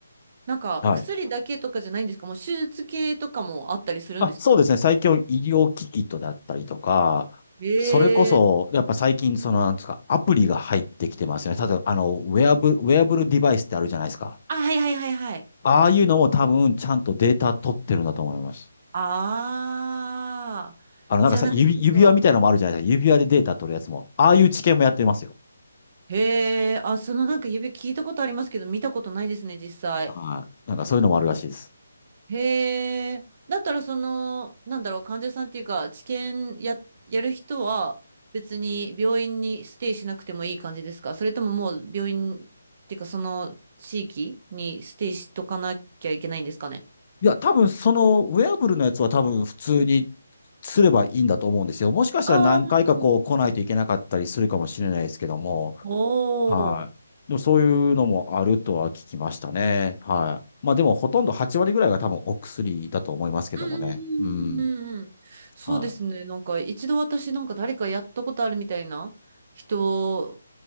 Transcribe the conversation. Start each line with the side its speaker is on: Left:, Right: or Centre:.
Right: なんか薬だけとかじゃないんですかもう手術系とかもあったりするんですか
Left: い。はい。あ、そうですね。最近医療機器とだったりとか、
Right: え
Left: それこそ、
Right: えー
Left: やっぱ最近、その、なんですか、アプリが入ってきてますよね。例えば、あの、ウェアブル、ウェアブルデバイスってあるじゃないですか。
Right: あ、はいはいはいはい。
Left: ああいうのも多分、ちゃんとデータ取ってるんだと思います。
Right: ああ。
Left: あの、なんかさ、
Right: じゃあなんかちょっと、
Left: 指、指輪みたいなのもあるじゃないですか。指輪でデータ取るやつも。ああいう知見もやってますよ。
Right: へえ、あ、そのなんか指聞いたことありますけど、見たことないですね、実際。
Left: はい。なんかそういうのもあるらしいです。
Right: へえ。だったらその、なんだろう、患者さんっていうか、治験や、やる人は別に病院にステイしなくてもいい感じですかそれとももう病院っていうかその地域にステイしとかなきゃいけないんですかね
Left: いや、多分そのウェアブルのやつは多分普通にすればいいんだと思うんですよ。もしかしたら何回かこう来ないといけなかったりするかもしれないですけども、
Right: ああー、お
Left: はい。
Right: お。
Left: でもそういうのもあるとは聞きましたね。はい。まあでもほとんど8割ぐらいが多分お薬だと思いますけどもね。
Right: うんうんうんうんうん。
Left: うん。
Right: そうですね。
Left: はい。
Right: なんか一度私なんか誰かやったことあるみたいな人